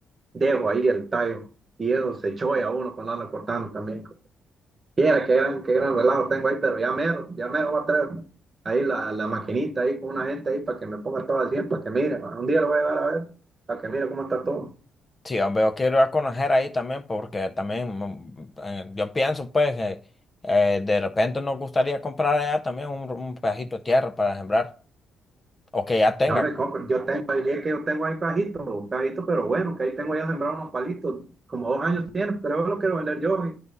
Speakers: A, on the right (about 30°); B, on the left (about 25°).
A: dejo ahí el tallo. Y eso se choya uno cuando anda cortando también. Mira, qué gran, qué gran relajo tengo ahí, pero ya mero, ya mero voy a traer ahí la, la maquinita ahí con una gente ahí para que me ponga todo al 100, para que mire, un día lo voy a llevar a ver, para que mire cómo está todo.
B: Sí, hombre, yo quiero ir a conocer ahí también, porque también mm, eh, yo pienso, pues, que eh, de repente nos gustaría comprar allá también un, un pedacito de tierra para sembrar, o que ya tenga,
A: No me compro, yo tengo ahí, es que yo tengo ahí bajito, bajito, pero bueno, que ahí tengo ya sembrado unos palitos, como dos años tiene, pero yo lo quiero vender yo, y